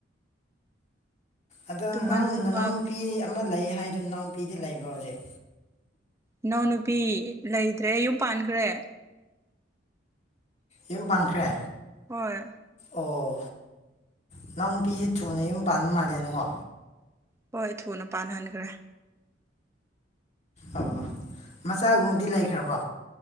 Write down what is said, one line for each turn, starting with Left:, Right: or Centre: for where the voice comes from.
Left: ꯑꯗꯣ
Right: ꯇꯨꯝꯍꯜꯂꯁꯨ
Left: ꯅꯅꯥꯎꯅꯨꯄꯤ
Right: ꯋꯥꯕꯅꯦ
Left: ꯑꯃ ꯂꯩ ꯍꯥꯏꯗꯣ ꯏꯅꯥꯎꯅꯨꯄꯤꯗꯤ ꯂꯩꯕ꯭ꯔꯣ ꯍꯧꯖꯤꯛ
Right: ꯏꯅꯥꯎꯅꯨꯄꯤ ꯂꯩꯗ꯭ꯔꯦ ꯌꯨꯝ ꯄꯥꯟꯈ꯭ꯔꯦ
Left: ꯌꯨꯝ ꯄꯥꯟꯈ꯭ꯔꯦ
Right: ꯍꯣꯏ
Left: ꯑꯣ ꯏꯅꯥꯎ ꯅꯨꯄꯤꯁꯤꯦ ꯊꯨꯅ ꯌꯨꯝ ꯄꯥꯟꯕ ꯃꯥꯜꯂꯦꯅꯀꯣ
Right: ꯍꯣꯏ ꯊꯨꯅ ꯄꯥꯟꯍꯟꯈ꯭ꯔꯦ
Left: ꯑꯣ ꯃꯆꯥꯒꯨꯝꯕꯗꯤ ꯂꯩꯈ꯭ꯔꯕꯣ